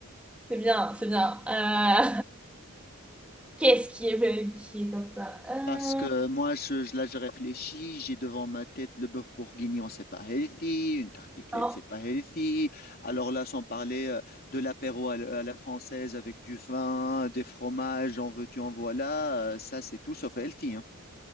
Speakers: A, in the centre; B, on the left (about 45°).
A: C'est bien, c'est bien. Euh, <laughs> qu'est-ce qui est, euh, qui est comme ça? Euh,
B: Parce que moi, je, je- là, je réfléchis, j'ai devant ma tête le bœuf bourguignon, c'est pas healthy, une tartiflette,
A: non.
B: c'est pas healthy. Alors là, sans parler euh, de l'apéro à, la à la française avec du vin, des fromages, en veux-tu, en voilà, euh, ça, c'est tout sauf healthy, hein.